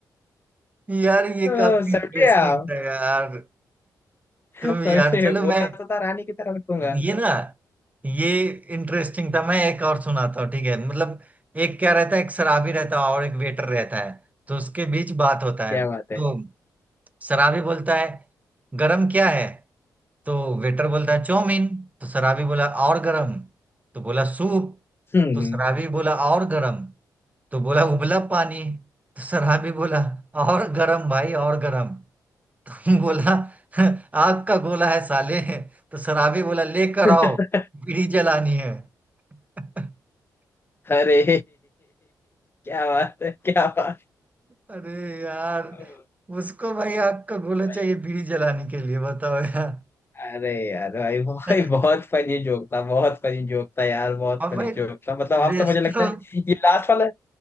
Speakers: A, on the right; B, on the left.
A: यार ये
B: तो
A: काफी इंटरेस्टिंग
B: समझे आप
A: था यार तुम
B: समझे
A: यार चलो
B: बोला
A: मैं
B: तो था रानी की तरह रखूंगा
A: ये ना ये इंटरेस्टिंग था मैं एक और सुनाता हूँ ठीक है मतलब एक क्या रहता है एक शराबी रहता है और एक वेटर रहता है तो उसके बीच बात होता है
B: क्या बात है
A: तो शराबी बोलता है गरम क्या है तो वेटर बोलता है चाउमीन तो शराबी बोला और गरम तो बोला सूप
B: हम्म
A: तो शराबी बोला और गरम तो बोला उबला पानी तो सराबी भी बोला और गरम भाई और गरम तो <laughs> बोला आग का गोला है साले तो सराबी बोला लेकर
B: <laughs>
A: आओ बीड़ी जलानी है <laughs>
B: अरे क्या बात है क्या बात
A: अरे यार
B: है
A: उसको भाई आग का गोला
B: भाई
A: चाहिए बीड़ी जलाने के लिए बताओ यार
B: अरे यार भाई भाई
A: <laughs>
B: बहुत फनी जोक था बहुत फनी जोक था यार बहुत
A: और
B: फनी
A: भाई
B: जोक था मतलब आप
A: रेस्टो
B: तो मुझे लगता है ये लास्ट वाला